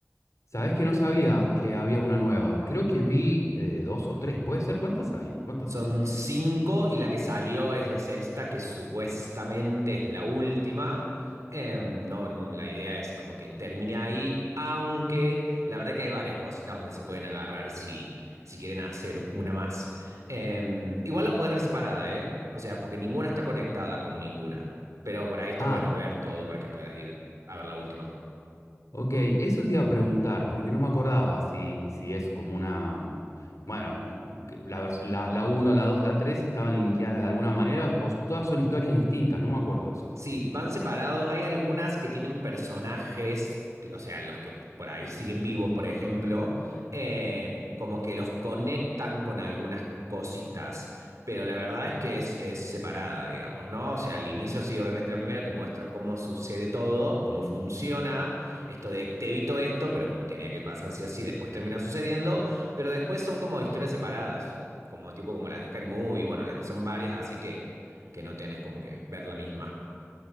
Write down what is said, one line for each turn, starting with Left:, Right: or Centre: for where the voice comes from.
Left: sabés que no sabía que había una nueva. Creo que vi eh, dos o tres, ¿puede ser? ¿Cuántas hay? ¿Cuántas
Right: Son
Left: son?
Right: cinco y la que salió es la sexta, que supuestamente es la última. Eh, no, la idea es como que termine ahí, aunque la verdad que hay varias cositas donde se pueden agarrar si, si quieren hacer una más. Eh, igual la podés ver separada, ¿eh? O sea, porque ninguna está conectada con ninguna. Pero por ahí está
Left: Ah,
Right: bueno ver todo para que puedas ir a ver la última.
Left: Ok, eso te iba a preguntar, porque no me acordaba si, si es como una, mm, bueno, o- que la, vers- la, la 1, la 2 la 3 si estaban linkeadas de alguna manera, o s- todas son historias distintas, no me acuerdo de eso.
Right: Sí, van separados. Hay algunas que tienen personajes, o sea, los que por ahí siguen vivos, por ejemplo, eh, como que los conectan con algunas cositas. Pero la verdad es que es, es separada, digamos, ¿no? O sea, al inicio sí, obviamente la primera te muestra cómo sucede todo, cómo funciona, esto de te evito esto, pero como tenía que pasar sí o sí. después termina sucediendo, pero después son como historias separadas, como tipo como las de Scary Movie, bueno, las que son varias, así que, que no tenés como que ver la misma.